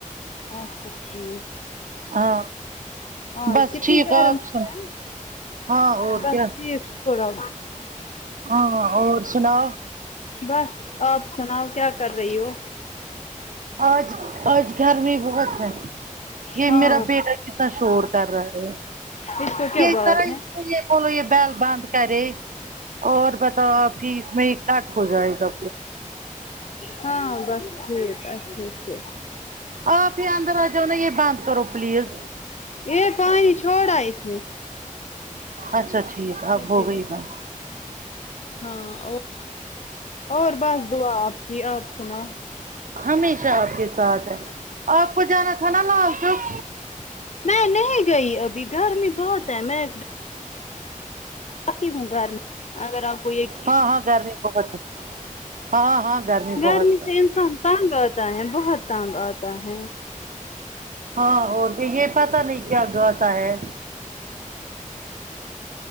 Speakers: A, on the left; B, on the right.
A: اچھا ٹھیک
B: ہاں
A: ہاں
B: بس
A: اس کتنی
B: ٹھیک
A: گیر
B: آپ
A: میں
B: سن
A: ہے
B: ہاں اور
A: بس
B: کیا
A: ٹھیک شکسلہ
B: ہاں اور سنا
A: بس آپ سناؤ کیا کر رہی ہو
B: آج آج گھرمی بھی بہت ہے یہ
A: ہاں
B: میرا بیٹا کتنا شور کر رہا ہے
A: اس کو کیا
B: یہ
A: بات
B: طرح
A: ہے
B: کولو یہ بیل بند کرے اور بس ہاں ٹھیک میں آپ کی اس میں کٹ ہو جائے گا
A: ہاں بس ٹھیک اچھے سے
B: آ پھر اندر آجا نا یہ بند کرو پلیز
A: یہ پانی چھوڑا اس نے
B: اچھا ٹھیک ہے اب
A: یہ
B: ہو
A: بھی
B: گئی بات
A: ہاں اور اور بس دعا آپ کی آپ سنا
B: ہمیشہ آپ کے ساتھ ہے آپ کو جانا تھا نا لال چوک
A: میں نہیں گئی ابھی گھرمی بہت ہے میں سی ہوں گھر میں اگر آپ کو ایک
B: ہاں ہاں گرمی بہت ہاں ہاں
A: گرمی
B: بہت ہے
A: سے انسان تانگ آتا ہے بہت تانگ آتا ہے
B: ہاں اور تو یہ پتا نہیں کیا گاتا ہے